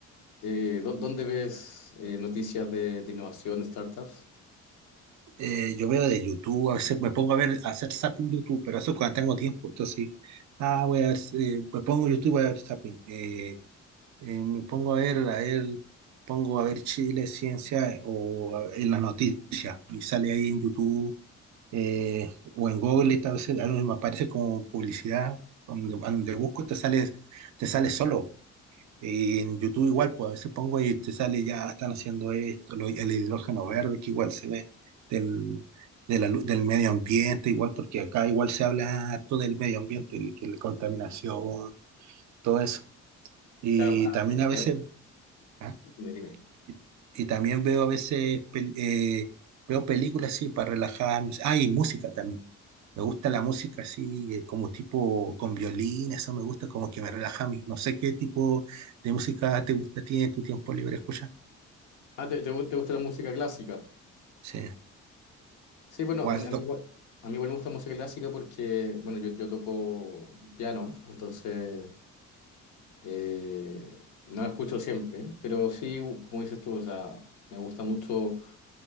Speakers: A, on the left; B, on the right.
A: eh, ¿dó- ¿dónde ves eh, noticias de, de innovación, de startups?
B: Eh, yo veo de YouTube, a veces me pongo a ver, a hacer zapping YouTube, pero eso es cuando tengo tiempo, entonces, ah, voy a ver, eh, me pongo YouTube, voy a ver zapping, eh, eh, me pongo a ver, a ver, pongo a ver Chile, ciencia o a- en las noticias, y sale ahí en YouTube eh, o en Google a veces a mí me aparece como publicidad, donde, donde busco te sale, te sale solo. Y en YouTube igual, pues a veces pongo y te sale ya, están haciendo esto, lo- el hidrógeno verde que igual se ve del, de la lu- del medio ambiente, igual porque acá igual se habla harto del medio ambiente, y que la contaminación, todo eso. Y
A: Claro, ah,
B: también
A: ah,
B: a veces,
A: ya,
B: ¿ah?
A: dime, dime.
B: y, y también veo a veces, pel- eh, veo películas, sí, para relajarme. Ah, y música también. Me gusta la música así, eh, como tipo con violín, eso me gusta, como que me relaja a mí. No sé qué tipo de música te gusta, tiene tu tiempo libre escuchar.
A: Ah, ¿te, te gu- te gusta la música clásica?
B: Sí.
A: Sí, bueno,
B: Waldo.
A: a mí, a mí igual, a mí igual me gusta música clásica porque, bueno, yo, yo toco piano, entonces eh, no la escucho siempre, pero sí, como dices tú, o sea, me gusta mucho